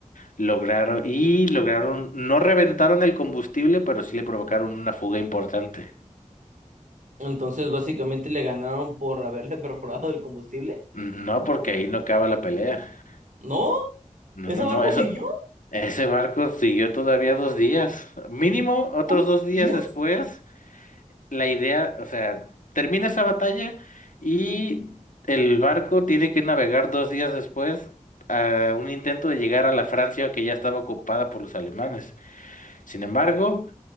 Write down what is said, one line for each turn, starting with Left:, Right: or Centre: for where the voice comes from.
Left: lograron y lograron, no reventaron el combustible, pero sí le provocaron una fuga importante.
Right: Entonces, básicamente le ganaron por haberle <laughs> perforado el combustible.
Left: No, porque ahí no acaba la pelea.
Right: ¿No?
Left: No,
Right: ¿Ese
Left: no,
Right: barco
Left: no, eso,
Right: siguió?
Left: ese barco siguió todavía dos días. Mínimo, otros
Right: ¿Dos
Left: dos
Right: días?
Left: días después, la idea, o sea, termina esa batalla y el barco tiene que navegar dos días después a un intento de llegar a la Francia que ya estaba ocupada por los alemanes. Sin embargo,